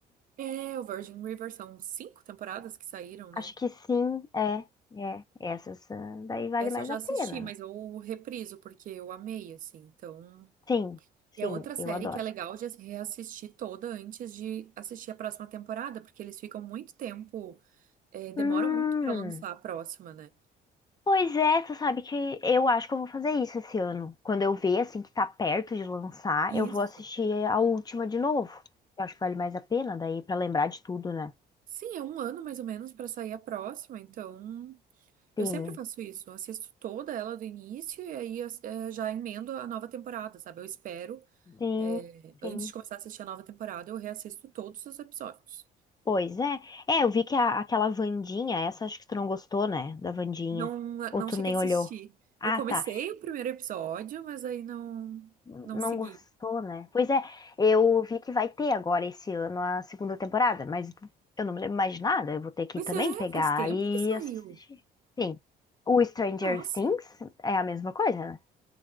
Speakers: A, on the right; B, on the left.
A: é, o Virgin River são cinco temporadas que saíram, né?
B: Acho que sim, é, é. Essas ah, daí vale
A: Essa
B: mais
A: eu já
B: a
A: assisti,
B: pena,
A: mas
B: né?
A: eu repriso porque eu amei, assim. Então,
B: Sim, sim,
A: E é outra série
B: eu adoro.
A: que é legal de reassistir toda antes de assistir a próxima temporada, porque eles ficam muito tempo, é, demoram
B: Hum,
A: muito pra lançar a próxima, né?
B: pois é, tu sabe que eu acho que eu vou fazer isso esse ano. Quando eu ver, assim, que tá perto de lançar,
A: Isso.
B: eu vou assistir a última de novo. Eu acho que vale mais a pena daí pra lembrar de tudo, né?
A: Sim, é um ano mais ou menos pra sair a próxima, então
B: Sim,
A: eu sempre faço isso, eu assisto toda ela do início e aí é, já emendo a nova temporada, sabe? Eu espero,
B: sim,
A: é, antes
B: sim.
A: de começar a assistir a nova temporada, eu reassisto todos os episódios.
B: Pois é. É, eu vi que a- aquela Wandinha, essa acho que tu não gostou, né? Da Wandinha.
A: Não, não
B: Ou tu
A: cheguei
B: nem
A: a assistir.
B: olhou. Ah,
A: Eu comecei
B: tá.
A: o primeiro episódio, mas aí não,
B: N-
A: não
B: Não
A: segui.
B: gostou, né? Pois é, eu vi que vai ter agora esse ano a segunda temporada, mas eu não me lembro mais de nada. Eu vou ter que
A: Pois
B: também
A: é,
B: pegar
A: faz tempo
B: e
A: que saiu.
B: assistir. Sim. O Stranger
A: Nossa,
B: Things é a mesma coisa, né?